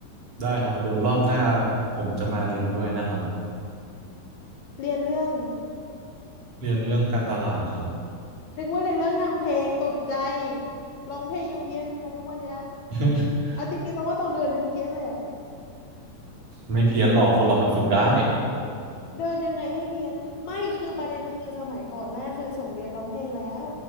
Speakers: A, on the right; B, on the left.
A: ได้ครับเดี๋ยวรอบหน้าผมจะมาเรียนด้วยนะครับ
B: เรียนเรื่อง
A: เรียนเรื่องการตลาดครับ
B: นึกว่าเรียนเรื่องทำเพลงตกใจร้องเพลงยังเพี้ยนมาทุกวันเนี้ย
A: <laughs>
B: เอาจริงๆตรงว่าตองเดินยังเพี้ยนเลยอะ
A: ไม่เพี้ยนหรอกคนเรามันฝึกได้
B: เดินยังไงให้เพี้ยนไม่คือประเด็นคือสมัยก่อนแม่เคยส่งเรียนร้องเพลงแล้ว